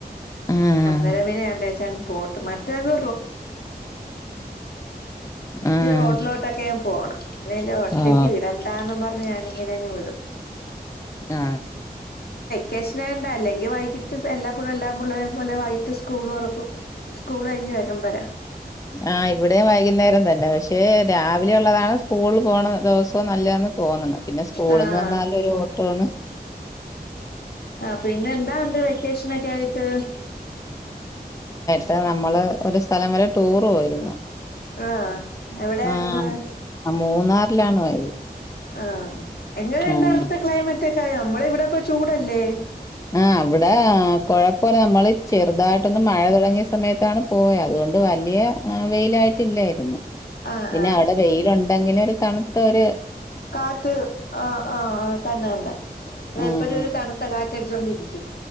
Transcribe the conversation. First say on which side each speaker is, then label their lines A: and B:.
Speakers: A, on the left (about 20°); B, on the left (about 70°).
A: ആഹ്
B: അന്നേരം പിന്നെ ഞാൻ ആ ബാച്ച് പൂട്ടും മറ്റേഉണ്ട്
A: ആഹ്
B: ഈ റോഡ്ലൊട്ടൊക്കെ പോണം ഇല്ലേൽ ഒറ്റയ്ക്ക്
A: ആഹ്
B: വിടണ്ടാന്ന്പ അ ഞാനിങ്ങനെ അങ്ങ് വിടും.
A: ആ
B: കെഷണേണ്ട അല്ലെങ്കി വൈകിട്ട് എല്ലാപ്പും എല്ലാ പിള്ളേ ലെ വൈകിട്ട് സ്കൂൾ തുറക്കും സ്കൂൾ കഴിഞ്ഞു വരാൻ പഴ
A: ആഹ് ഇവിടെയും വൈകുന്നേരം തന്നെ പക്ഷേ ക്ഷേ രാവിലെ ഉള്ളതാണ് ഓൾ പോണ ദിവസവും നല്ലന്ന് തോന്നണ് പിന്നെ സ്കൂളിൽന്ന്
B: ആഹ്
A: വന്നാല് ഒരു ഓട്ടോണ്
B: ആ പിന്നെ എന്താണ്ട് വെക്കേഷൻ ഒക്കെ ആയിട്ട് ഉ
A: ത നമ്മള് ഒരു സ്ഥലം വരെ ടൂർ പോയിരുന്നു
B: ആഹ എവിടെയിരുന്നു
A: ആഹ് മൂന്നാറിലാണ് പോയത്.
B: ആഹ എങ്ങനെ
A: ആഹ്
B: ഉണ്ട് അവിടത്തെ ക്ലൈമറ്റ് മറ്റക്ക നമ്മള ഇവിടൊക്ക പ്പ ചൂടല്ലേ
A: ആഹ അവിടെ കോഴ പോലെ നമ്മള് ചെറുതായിട്ടൊന്നു മഴ തുടങ്ങിയ സമയത്താണ് പോയത് അതുകൊണ്ട് വലിയ വെയിലായിട്ടില്ലായിരുന്നു.
B: ആഹ്
A: പിന്നെ
B: ആഹ്
A: അവിടെ വെയിലുണ് അങ്ങില ഒരു തണുത്ത ഒര്
B: കാറ്റ് ആ ആഹ ആ തന്നെ തന്നെ ഇടെ
A: ആഹ്
B: എപ്പഴും ഒരു തണുത്ത കാ എടുജോണ്ടിരിക്കും